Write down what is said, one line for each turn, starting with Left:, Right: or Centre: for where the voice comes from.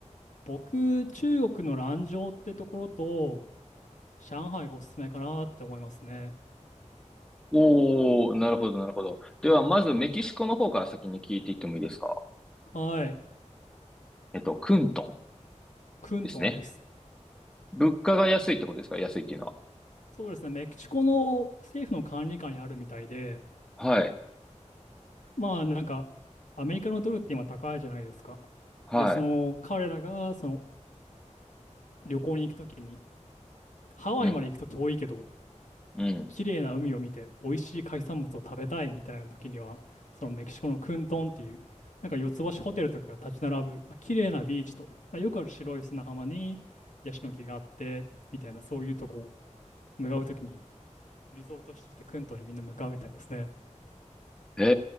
Left: 僕、中国の蘭州ってところと上海がおすすめかなって思いますね。
Centre: おー、なるほど、なるほど。では、まずメキシコの方から先に聞いていってもいいですか
Left: はい、
Centre: えっと、クントン
Left: クントンです。
Centre: ですね。物価が安いってことですか安いっていうのは。
Left: そうですね、メキシコの政府の管理下にあるみたいで、
Centre: はい。
Left: まあなんかアメリカのドルって今高いじゃないですか。
Centre: は
Left: で、その彼らがその旅行に行くときに、ハワイまで行くと遠いけど、
Centre: い。うん。うん。
Left: 綺麗な海を見て美味しい海産物を食べたいみたいなときには、そのメキシコのクントンっていう、なんか四つ星ホテルとかが立ち並ぶ、まあ、綺麗なビーチと、まあ、よくある白い砂浜にヤシの木があって、みたいなそういうとこを向かうときに、リゾート地としてクントンにみんな向かうみたいですね。
Centre: へ